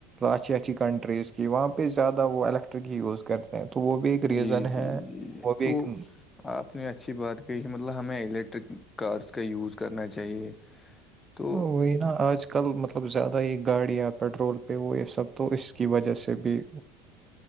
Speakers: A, on the right; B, on the left.
A: اچھیچھی کنٹریز کی وہاں پہ زیادہ وہ الییکٹرک ہی یوز کرتے تو وہ بھی ایک ریزن
B: جی جی
A: ہے
B: جی
A: وہ بھی
B: تو
A: ایک
B: آپ نے اچھی بات کہی کہ مطلب ہمیں الیکٹرک کارس کا یوز کرنا چاہیے تو
A: وہی نا آج کل مطلب زیادہ ہی گاڑیاں پٹرول پہ وہ یہ سب تو اس کی وجہ سے بھی